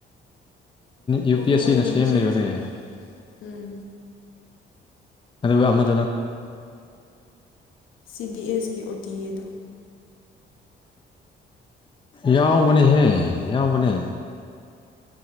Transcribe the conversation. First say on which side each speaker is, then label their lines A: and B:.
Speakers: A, on the left; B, on the left.
A: ꯌꯨ
B: ꯍꯣ
A: ꯄꯤ
B: ꯍꯣ
A: ꯑꯦꯁ
B: ꯑꯣꯏꯔꯝꯕꯌꯥꯏ
A: ꯁꯤꯅ ꯁꯦꯝꯂꯤꯕꯅꯦ
B: ꯎꯝ
A: ꯑꯗꯨꯒ ꯑꯃꯠ
B: ꯁꯤ ꯗꯤ ꯑꯦꯁ ꯀꯤ ꯑꯣ ꯇꯤ ꯑꯦꯗꯣ
A: ꯌꯥꯎꯕꯅꯦꯍꯦ ꯌꯥꯎꯕꯅꯦ